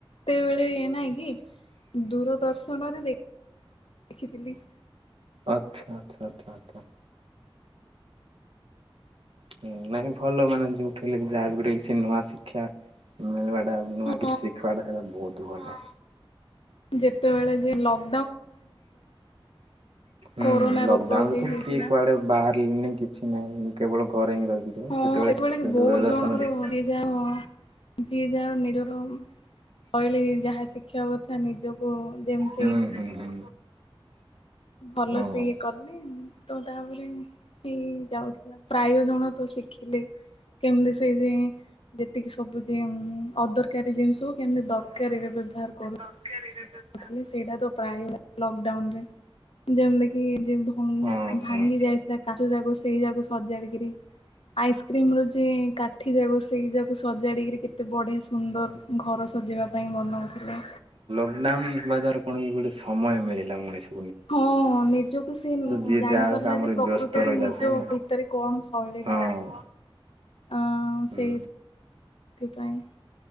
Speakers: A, on the left (about 85°); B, on the right (about 80°).
A: ତେବେଳେ ଏ ନାଇଁ କି ଦୂରଦର୍ଶନରେ ଦେଖ୍ ଦେଖିଥିଲି।
B: ଆଚ୍ଛା ଛା ଛା ଛା ହୁଁ ନାଇଁ ଭଲ ମାନେ ଯୋଉଠି ହେଲେ ବି ଯାହା ବି ଗୋଟେ କିଛି ନୂଆ ଶିକ୍ଷା ମିଳିବାର୍ ସେଟା ନୂଆ
A: ହଁ
B: କିଛି ଶିଖିବାଟା ସେଇଟା ବହୁତ୍ ଭଲ।
A: ଯେତେବେଳେ ଯିଏ ଲଗ୍
B: ହୁଁ
A: କୋରୋନା
B: ଲକଡାଉନ୍
A: ରୋଗ ଯେ
B: ତ
A: ହେଇଥିଲା
B: କିଏ କୁଆଡେ? ବାହାରିଲିନି କିଛି ନାହିଁ କେବଳ ଘରେ ହିଁ ରହିକି ଥିବ
A: ହଁ
B: ସେତେବେଳେ
A: ସେ
B: ଶିଖିଛ
A: ଭଳିକି ବହୁତ୍
B: ଦୂରଦର୍ଶନ
A: ଜଣଙ୍କର
B: ଦେଖି
A: ଯେ ଯା ହ ଯିଏ ଯାହାର ନିଜର ଶୈଳୀ ଯାହା ଶିଖିବା କଥା ନିଜକୁ ଯେମିତି
B: ହୁଁ ହୁଁ ହୁଁ
A: ଭଲ
B: ହଁ
A: ସେ ଇଏ କଲେ ତ ତାପରେ ହେଇ ଯାଉଥିଲା। ପ୍ରାୟ ଜଣ ତ ଶିଖିଲେ କେମତି ସେଇ ଯେଏଁ ଯେତିକି ସବୁ ଯେ ଅଁ ଅଦରକାରୀ ଜିନିଷ କେମିତି ଦରକାରୀରେ ବ୍ୟବହାର କରୁ।
B: ଦରକାରୀରେ ବ୍ୟବ୍
A: ବୋଧ ହୁଏ ସେଇଡା ତ ପାୟ ଲ ଲକଡାଉନ୍ ରେ ଯେମତି କି ଯେ ଭଙ୍ଗ୍
B: ହଁ
A: ଭାଙ୍ଗି
B: ହଁ।
A: ଯାଇଥିଲା କାଚ ଯାକୋ ସେଇ ଯାକୁ ସଜାଡିକିରି ଆଇସକ୍ରୀମ୍ ରୁ ଯେଁ କାଠି ଯାକ ସେଇ ଯାକୁ ସଜାଡିକିରି କେତେ ବଢିଆ ସୁନ୍ଦର୍ ଘର ସଜେଇବା ପାଇଁ ବନାହଉଥିଲା।
B: ନାନ୍ ହେବା ଦ୍ଵାରା କଣ କି ଗୋଟେ ସମୟ ମିଳିଲା ମଣିଷ
A: ହଁ ନିଜକୁ ସେ
B: ଯିଏ
A: ଜାଣି
B: ଯାହାର
A: ପାରିଲା
B: କାମରେ
A: ଯେ ପ୍ରକୃତରେ
B: ବ୍ୟସ୍ତ ରହିଯାଉଥିଲେ
A: ନିଜ
B: ନା
A: ଭିତରେ କଣ ସେ ହଲିଡ଼ା
B: ହଁ।
A: ଅଛି ଆଁ
B: ହୁଁ
A: ସେଇଥିପାଇଁ